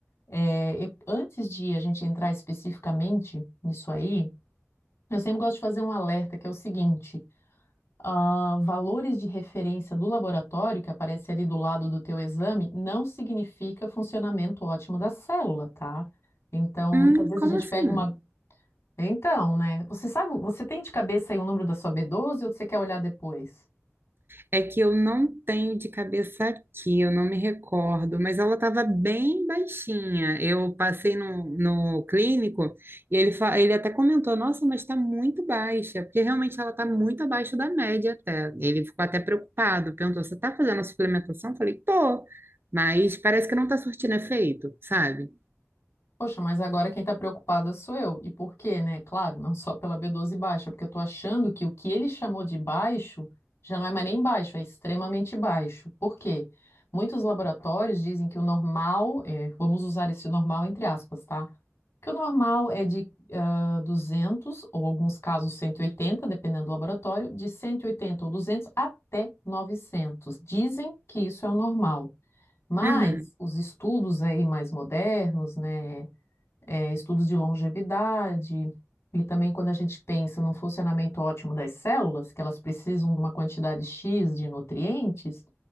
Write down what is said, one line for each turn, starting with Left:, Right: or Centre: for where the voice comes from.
Left: É, eu- antes de a gente entrar especificamente nisso aí, eu sempre gosto de fazer um alerta que é o seguinte: ah, valores de referência do laboratório que aparece ali do lado do teu exame não significa funcionamento ótimo da célula, tá? Então,
Right: Hum,
Left: muitas vezes
Right: como
Left: a gente
Right: assim?
Left: pega uma então, né? Você sabe, você tem de cabeça aí o número da sua B12 ou você quer olhar depois?
Right: É que eu não tenho de cabeça aqui, eu não me recordo, mas ela estava bem baixinha. Eu passei no, no clínico e ele, fa- ele até comentou: Nossa, mas está muito baixa, porque realmente ela está muito abaixo da média até. Ele ficou até preocupado, perguntou: Você está fazendo a suplementação? Eu falei: Tô, mas parece que não está surtindo efeito, sabe?
Left: Poxa, mas agora quem está preocupada sou eu. E por quê, né? Claro, não só pela B12 baixa, porque eu estou achando que o que ele chamou de baixo já não é mais nem baixo, é extremamente baixo. Por quê? Muitos laboratórios dizem que o normal, é, vamos usar esse normal entre aspas, tá? Que o normal é de ah, 200, ou alguns casos 180, dependendo do laboratório, de 180 ou 200 até 900. Dizem que isso é o normal. Mas
Right: Uhum.
Left: os estudos aí mais modernos, né? eh, estudos de longevidade, e também quando a gente pensa no funcionamento ótimo das células, que elas precisam de uma quantidade X de nutrientes,